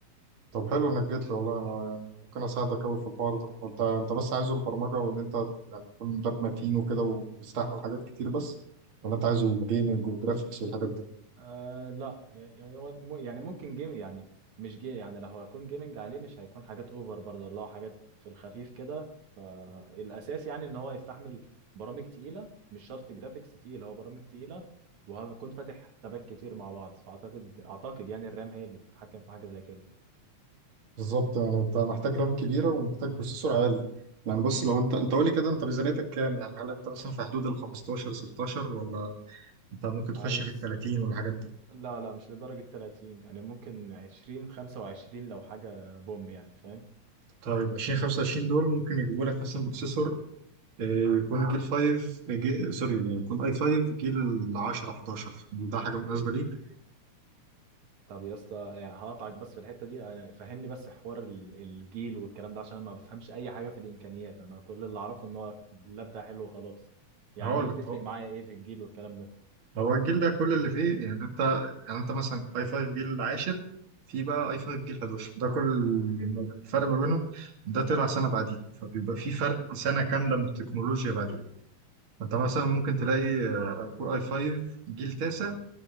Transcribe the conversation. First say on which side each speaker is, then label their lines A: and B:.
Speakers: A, on the right; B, on the right.
A: طب حلو انك جيت لي والله انا يعني ممكن اساعدك قوي في الحوار ده وانت انت بس عايزه البرمجه وان انت يعني تكون لاب متين وكده ويستحمل حاجات كتير بس ولا انت عايزه جيمنج وجرافيكس والحاجات دي
B: آه لا يعني هو الم- يعني ممكن جيم يعني مش جي يعني لو هكون جيمنج عليه مش هيكون حاجات اوفر برضه اللي هو حاجات في الخفيف كده فالاساس يعني ان هو يستحمل برامج تقيله مش شرط جرافيكس تقيل هو برامج تقيله وهكون فاتح تابات كتير مع بعض فاعتقد اعتقد يعني الرام هي اللي بتتحكم في حاجه زي كده
A: بالظبط يعني انت محتاج رام كبيره ومحتاج بروسيسور عالي يعني بص لو انت انت قول لي كده انت ميزانيتك كام يعني هل انت مثلا في حدود ال 15 16 ولا انت ممكن تخش
B: عايز
A: في ال 30 والحاجات دي
B: لا لا مش لدرجه 30 يعني ممكن 20 25 لو حاجه بوم يعني فاهم
A: طيب 20 25 دول ممكن يجيبوا لك مثلا بروسيسور آه، يكون جيل 5 جي... سوري يكون اي 5 جيل 10 11 ده حاجه مناسبه ليك
B: طب يا اسطى يعني هقطعك بس في الحته دي انا فهمني بس حوار ال- الجيل والكلام ده عشان أنا ما بفهمش اي حاجه في الامكانيات انا كل اللي اعرفه ان هو اللاب ده حلو وخلاص يعني
A: هقول
B: ايه
A: لك
B: بتفرق
A: اهو
B: معايا ايه في الجيل والكلام ده
A: هو الجيل ده كل اللي فيه يعني انت يعني انت مثلا اي 5 جيل العاشر في بقى اي 5 جيل 11 ده كل الفرق ما بينهم ده طلع سنه بعديه فبيبقى في فرق سنه كامله من التكنولوجيا بعدين انت مثلا ممكن تلاقي آه، كور اي 5 جيل تاسع